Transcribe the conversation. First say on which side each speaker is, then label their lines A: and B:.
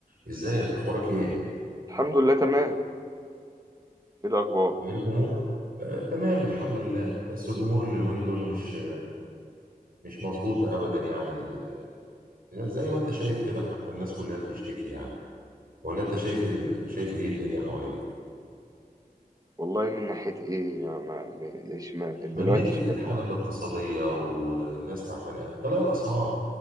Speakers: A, on the right (about 70°); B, on the right (about 25°).
A: ازيك اخبارك ايه
B: الحمد لله تمام ايه الاخبار
A: ايه الامور آه، تمام الحمد لله بس الامور اليومين دول مش مش مظبوطه ابدا يعني ال- يعني زي ما انت شايف كده حتى الناس كلها بتشتكي يعني ولا انت شايف ال... شايف ايه الدنيا حواليك
B: والله من ناحيه ايه ما مش ما دلوقتي
A: من ناحيه
B: في شكوى
A: الحاله الاقتصاديه والناس تعبانه قوي غلاء الاسعار